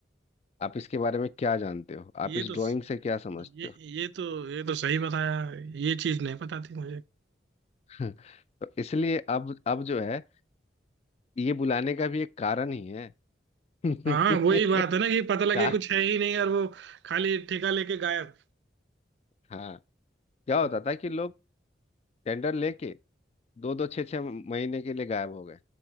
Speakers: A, on the left; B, on the right.
A: आप इसके बारे में क्या जानते हो
B: ये
A: आप इस
B: तो
A: ड्राइंग से क्या समझते
B: ये
A: हो
B: ये तो ये तो सही बताया ये चीज नहीं पता थी मुझे
A: <laughs> तो इसलिए अब अब जो है ये बुलाने का भी एक कारण ही है <laughs>
B: हाँ वही बात है ना कि पता लगे
A: तार
B: कुछ है ही नहीं और वो खाली ठेका लेके गायब
A: हाँ क्या
B: हाँ।
A: होता था कि लोग टेंडर लेके दो दो छः छः महीने के लिए गायब हो गए